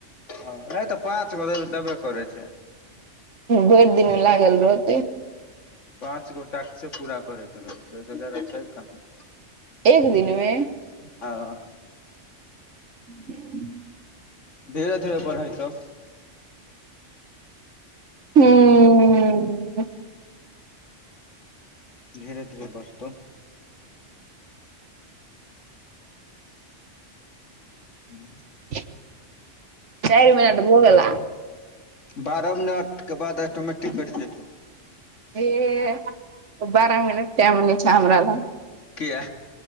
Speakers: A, on the left; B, on the right.
A: नहि तऽ पाँच गो लेल देबे करै छैय
B: भैर दिन मऽ लागल रह तै
A: पाँच गो टास्के पूरा करै के रहतै छै ओय से ज्यादा छै कहाँ
B: एक दिनमे
A: हँ
B: <inaudible>
A: धीरे -धीरे बर हेतो
B: हूँ
A: भेजु धीरे- धीरे बढ़तौ हू
B: चैर मदिना तऽ भऽ गेला
A: बारह मिनट कऽ बाद ऑटोमेटिक कैट जेतौ
B: एह बारह मिनट टाइम नैह छै हमरा लग
A: किया